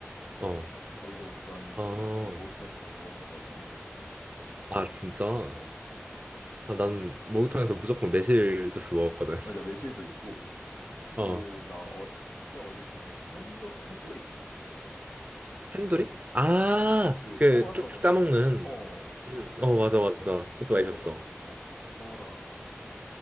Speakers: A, on the right; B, on the left.
A: 어,
B: 어 이거 난
A: 아,
B: 어렸을 때 목욕탕에서 많이 먹었던 것 같아가지고 그렇게 말했어
A: 아, 진짜?
B: 어
A: 아, 난 목욕탕에서 무조건 매실 주스 먹었거든.
B: 맞아 매실도 있고 또
A: <laughs> 어,
B: 나 어, 진짜 어릴 때는 팬더 펜돌인가
A: 핸
B: 그
A: e 이 아,
B: 어 그
A: 그
B: 뽑아서
A: 쭉쭉
B: 먹는
A: 짜먹는.
B: 어 어,
A: 음, 어, 맞아, 맞아. 그것도
B: 그거
A: 맛있었어.
B: 어 그거랑